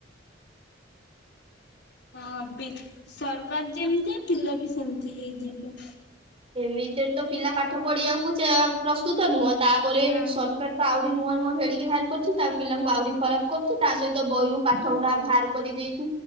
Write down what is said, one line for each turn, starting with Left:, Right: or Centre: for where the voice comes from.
Left: ହଁ ସରକାର ଯେମିତି ପିଲା ବି ସେମିତି ହେଇଯିବ
Right: ଏମିତିରେ ତ ପିଲା ପାଠ ପଢିବାକୁ ପ୍ରସ୍ତୁତ ନୁହଁ ତାପରେ
Left: ହଁ
Right: ସରକାର ତ ଆଉ। ଆହୁରି ନୂଆ ନୁଆଁ ଫେଡିକି ବାହାର କରୁଛି, ତା ପିଲାଙ୍କୁ ଆହୁରି ଖରାପ କରୁଛି ତା ସହିତ ବହିରୁ ପାଠ ଗୁଡା ବାହାର କରିଦେଇଛି